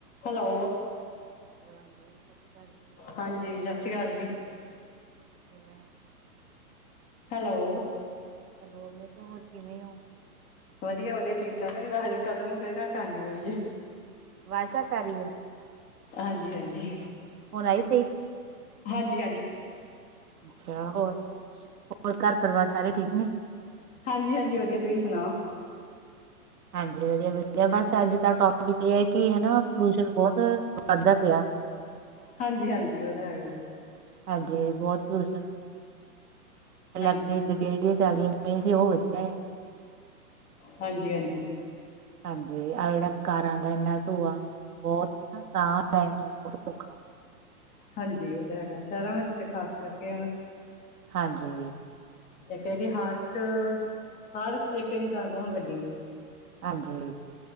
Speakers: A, on the left; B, on the right.
A: Hello.
B: <inaudible> ਹੋਰ
A: ਹਾਂਜੀ, ਸਤਿ ਸ਼੍ਰੀ ਅਕਾਲ ਜੀ।
B: <inaudible>
A: ਹੈਲੋ।
B: ਹੈਲੋ, ਹੋਰ ਕਿਵੇਂ ਹੋ?
A: ਵਧੀਆ ਵਧੀਆ ਠੀਕ-ਠਾਕ, ਤੁਹਾਡੀ ਅਵਾਜ਼ ਕੱਲ੍ਹ ਮਾਗੂ ਫਿਰ ਘੱਟ ਆਉਂਦੀ ਪਈ ਹੈ।
B: ਅਵਾਜ਼ ਘੱਟ ਆ ਰਹੀ ਹੈ।
A: ਹਾਂਜੀ-ਹਾਂਜੀ।
B: ਹੁਣ ਆਈ ਸਹੀ?
A: ਹਾਂਜੀ-ਹਾਂਜੀ।
B: ਅੱਛਾ, ਹੋਰ, ਹੋਰ ਘਰ ਪਰਿਵਾਰ ਸਾਰੇ ਠੀਕ ਨੇ।
A: ਹਾਂਜੀ-ਹਾਂਜੀ ਵਧੀਆ, ਤੁਸੀਂ ਸੁਣਾਓ?
B: ਹਾਂਜੀ ਵਧੀਆ-ਵਧੀਆ ਬਸ ਅੱਜ ਦਾ ਟੋਪਿਕ ਇਹ ਹੈ, ਕਿ ਹਨਾ ਪੋਲੂਸ਼ਨ ਬਹੁਤ ਵੱਧਦਾ ਪਿਆ।
A: ਹਾਂਜੀ, ਹਾਂਜੀ, ਉਹ ਤਾਂ ਹੈਗਾ ਜੀ।
B: ਹਾਂਜੀ ਬਹੁਤ ਪ੍ਰਦੂਸ਼ਣ, ਇਲੈਕ
A: ਹਾਂਜੀ
B: ਰੇਹੜੀਆ ਚੱਲੀਆਂ ਪਈਆਂ ਸੀ, ਉਹ ਵਧੀਆ ਆ।
A: ਹਾਂਜੀ-ਹਾਂਜੀ।
B: ਹਾਂਜੀ, ਆਹ ਜਿਹੜਾ ਕਾਰਾਂ ਦਾ ਇੰਨਾ ਧੂੰਆ ਹੈ, ਇਸ ਕਰਕੇ ਸਾਹ ਲੈਣਾ ਵੀ ਬਹੁਤ ਔਖਾ ਹੋ ਜਾਂਦਾ ਹੈ।
A: ਹਾਂਜੀ, ਉਹ ਤਾਂ ਹੈਗਾ, ਸ਼ਹਿਰਾਂ ਵਿੱਚ ਤਾਂ ਖ਼ਾਸ ਕਰਕੇ ਹੈਨਾ,
B: ਹਾਂਜੀ।
A: ਇੱਕ ਹੈ ਕਿ ਹਰ ਇੱਕ, ਹਰ ਇੱਕ ਇਨਸਾਨ ਕੋਲੋਂ ਗੱਡੀ ਹੈ।
B: ਹਾਂਜੀ।